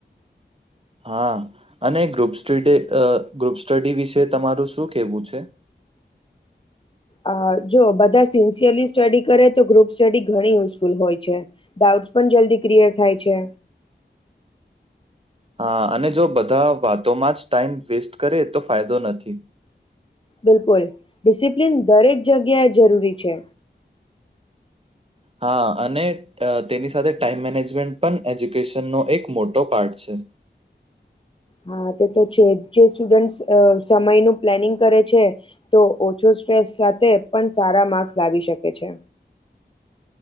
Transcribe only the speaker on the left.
અ જો બધા સિન્સિયરલી સ્ટડી કરે તો ગ્રુપ સ્ટડી ઘણી યુઝફુલ હોય છે. ડાઉટ્સ પણ જલ્દી ક્લિયર થાય છે.
બિલકુલ ડિસિપ્લિન દરેક જગ્યાએ જરૂરી છે.
હા તે તો છે જે સ્ટુડન્ટ અ સમયનું પ્લાનિંગ કરે છે. તો ઓછો સ્ટ્રેસ સાથે, પણ સારા માર્ક્સ લાવી શકે છે.